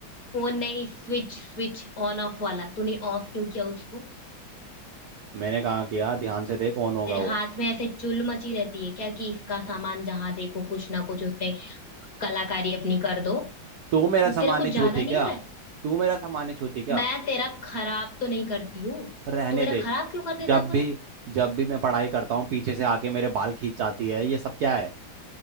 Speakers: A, on the left (about 45°); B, on the right (about 70°).
A: फोन नहीं स्विच स्विच ऑन ऑफ वाला तूने
B: आ-
A: ऑफ क्यों किया उसको
B: मैंने कहा किया ध्यान से देख कौन होगा
A: तेरे
B: वो
A: हाथ में ऐसे चुल मची रहती है क्या कि इसका सामान जहां देखो कुछ ना कुछ उसमें कलाकारी अपनी कर दो
B: तू मेरा सामान
A: तेरा कुछ
B: नहीं
A: ज्यादा
B: छूती
A: नहीं
B: क्या
A: हो रहा है
B: तू मेरा सामान नहीं छूती क्या
A: मैं तेरा खराब तो नहीं करती हूँ
B: रहने
A: तू मेरा
B: दे
A: खराब क्यों कर देता
B: जब
A: है पूरा
B: भी जब भी मैं पढ़ाई करता हूँ पीछे से आके मेरे बाल खींच जाती है ये सब क्या है